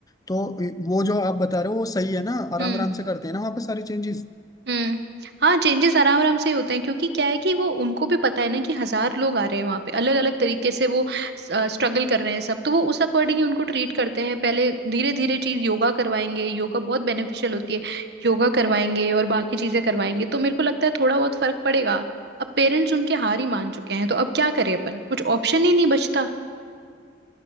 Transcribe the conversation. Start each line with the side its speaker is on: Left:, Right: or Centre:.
Left: तो ए, वो जो आप बता रहे हो वो सही है ना आराम
Right: हम्म
Left: आराम से करते हैं ना वहाँ पे सारी चेंजेस
Right: हम्म हाँ चेंजेस आराम आराम से होते हैं क्योंकि क्या है कि वो उनको भी पता है ना कि हजार लोग आ रहे हैं वहां पे अलग अलग तरीके से वो स्ट्रगल कर रहे हैं सब तो वो उस अकॉर्डिंग ही उनको ट्रीट करते हैं पहले धीरे धीरे चीज योगा करवाएंगे योगा बहुत बेनिफिशियल होती है योगा करवाएंगे और बाकी चीजें करवाएंगे तो मेरे को लगता है थोड़ा बहुत फर्क पड़ेगा अब पेरेंट्स उनके हार ही मान चुके हैं तो अब क्या करें अपन कुछ ऑप्शन ही नहीं बचता